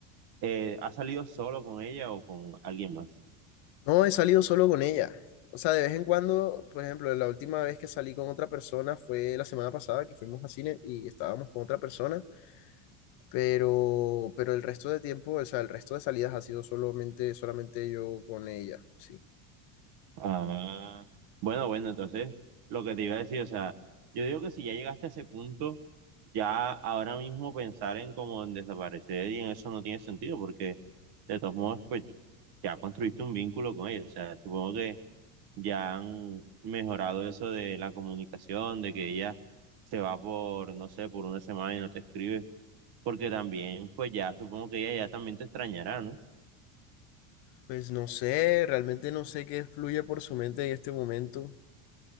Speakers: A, on the right; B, on the left.
A: Eh, ¿has salido solo con ella o con alguien más?
B: No, he salido solo con ella. O sea, de vez en cuando, por ejemplo, la última vez que salí con otra persona fue la semana pasada que fuimos a cine y estábamos con otra persona, pero, pero el resto de tiempo, o sea, el resto de salidas ha sido solamente, solamente yo con ella, sí.
A: Ah, bueno, bueno, entonces lo que te iba a decir, o sea, yo digo que si ya llegaste a ese punto, ya ahora mismo pensar en como en desaparecer y en eso no tiene sentido porque de todos modos, pues ya construiste un vínculo con ella, o sea, supongo que ya han mejorado eso de la comunicación, de que ella se va por, no sé, por una semana y no te escribe, porque también, pues ya supongo que ella ya también te extrañará, ¿no?
B: Pues no sé, realmente no sé qué fluye por su mente en este momento.